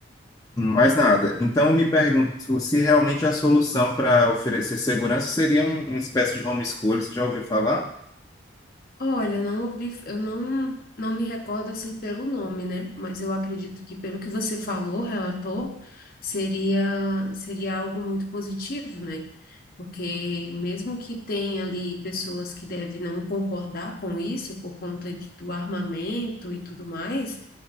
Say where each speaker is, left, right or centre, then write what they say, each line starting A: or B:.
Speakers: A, on the left; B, on the left.
A: mais nada. Então, eu me pergunto se realmente a solução para oferecer segurança seria um- uma espécie de homeschooling, você já ouviu falar?
B: Olha, eu não ouvi, eu não, não me recordo assim pelo nome, né? Mas eu acredito que pelo que você falou, relatou, seria seria algo muito positivo, né? Porque mesmo que tenha ali pessoas que devem não concordar com isso por conta de- do armamento e tudo mais,